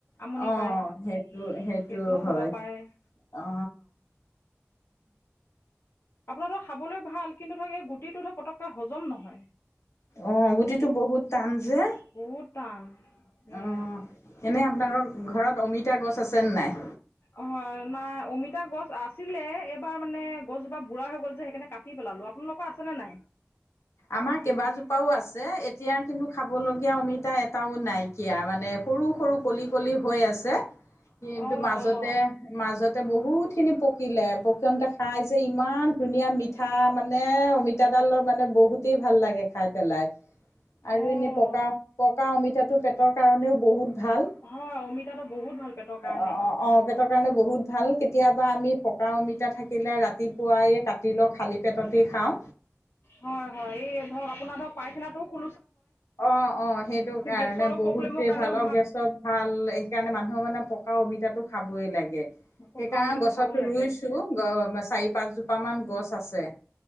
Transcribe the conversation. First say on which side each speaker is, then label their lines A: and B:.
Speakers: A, on the left; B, on the left.
A: আমনি
B: অ',
A: পায়
B: সেইটো সেইটো
A: সেইটোও
B: হয়
A: হ'ব পাৰে
B: অ
A: আপোনাৰ ধৰ খাবলৈ ভাল কিন্তু ধৰক এই গুটিটো ধৰ পটককৈ হজম নহয়
B: অ গুটিটো বহুত টান যে
A: বহুত টান সেয়াই
B: অ এনেই আপোনালোকৰ ঘৰত অমিতা গছ আছেনে নাই
A: অ নাই অমিতা গছ আছিলে এইবাৰ মানে গছজোপা বুঢ়া হৈ গ'ল যে সেইকাৰণে কাটি দি পেলালোঁ আপোনালোকৰ আছেনে নাই
B: আমাৰ কেইবাজোপাও আছে এতিয়া কিন্তু খাবলগীয়া অমিতা এটাও নাই সোকীয়া মানে সৰু সৰু কলি কলি হৈ আছে কিন্তু
A: অঁ
B: মাজত
A: অঁ
B: মাজতে বহুত খিনি পকিলে পকোতে খাই যে ইমান ধুনীয়া মি ঠা মানে অমিতাডালৰ মানে বহুত অ ভাল লাগে খাই পেলাই আৰু
A: অঁ
B: এনেই পকা পকা অমিতাটো পেটৰ কাৰণেও বহুত ভাল
A: হয় অমিতাটো বহুত ভাল পেটৰ কাৰণে
B: অ অ পেটৰ কাৰণে বহুত ভাল কেতিয়াবা আমি পকা অমিতা থাকিলে ৰাতি পুৱাই কাটি লওঁ খালী পেটতে খাওঁ।
A: হয়, হয়, এই ধৰক আপোনাৰ ধৰক পাইখানা টো খো
B: অ', অ', সেইটো কাৰণে
A: গেছৰো
B: বহুতেই
A: প্ৰব্লেমৰ কাৰণেও
B: ভাল অ', গেছৰ ভাল সেইকাৰণে মানুহৰ মানে পকা অমিতাটো খাবই লাগে।
A: পকা
B: সেইকাৰণে
A: অমিতাটো
B: গছত
A: খাব লাগে
B: ৰুইছো। চাৰি পাঁচজোপা মান গছ আছে,